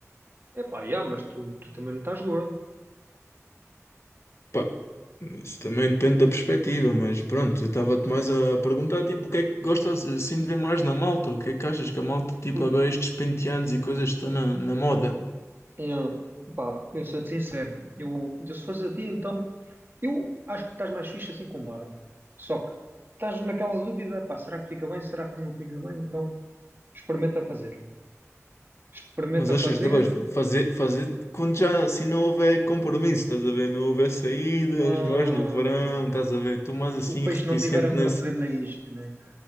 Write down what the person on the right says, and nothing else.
Epá, yeah, mas tu, tu também não estás gordo.
Puto,
eu, pá, eu sou-te sincero. Eu, eu se fosse a ti, então, eu acho que estás mais fixe assim com barba. Só que estás naquela dúvida, pá, será que fica bem? Será que não fica bem? Então, experimenta fazer. Experimenta
fazer.
ah,
o peixe
não tiver a morder
na isca, né?